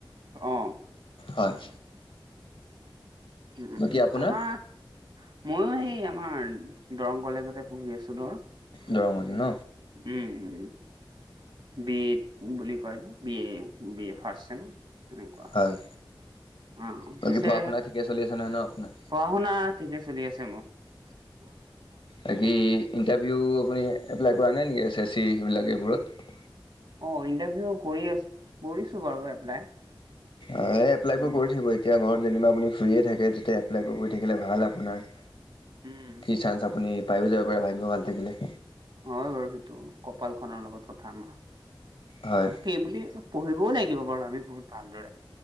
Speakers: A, on the right; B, on the left.
A: অ' উম
B: হয়।
A: উম' উম'
B: বাকী
A: উম'
B: আপোনাৰ
A: আমাৰ। মইএই আমাৰ দৰং কলেজতে পঢ়ি আছো ধৰ
B: দৰঙতে
A: উম'।
B: ন
A: উম'। বিয়েত বুলি কয় বিয়ে, বিয়ে ফাৰ্ষ্ট ছেম এনেকুৱা।
B: হয়
A: অ
B: বাকী
A: পিছে
B: পঢ়া শুনা ঠিকে চলি আছে ন নাই
A: পঢ়া শুনা ঠিকে চলি আছে মোৰ। বুঢ়া মানুহ নহয়।
B: তাকেই ইণ্টাৰভিউ আপুনি এপ্লাই কৰা নাই নেকি এচ এচ চি সেইবিলাক এইবোৰত।
A: অ' ইণ্টাৰভিউ কৰি আছো, কৰিছো বাৰু এপ্লাই।
B: অ' এই এপ্লাই
A: উম
B: বোৰ কৰি থাকিব এতিয়া মই যেনিবা আপুনি ফ্ৰিয়ে থাকে, তেতিয়া এপ্লাই বোৰ কৰি থাকিলে ভাল আপোনাৰ।
A: উম
B: কি চান্স আপুনি পায়ো যাব পাৰে ভাগ্য ভাল থাকিলে।
A: হয় বাৰু সেইটো কপাল খনৰ লগত কথা আমাৰ।
B: হয়।
A: সেইবুলি সব পঢ়িবও লাগিব বাৰু আমি বহুত ভালদৰে।